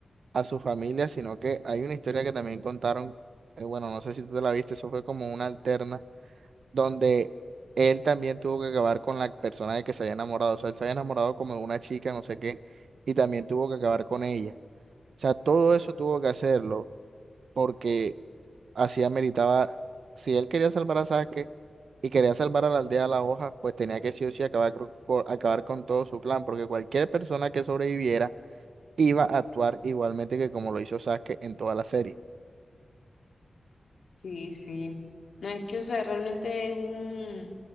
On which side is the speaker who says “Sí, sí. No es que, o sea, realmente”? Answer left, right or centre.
Left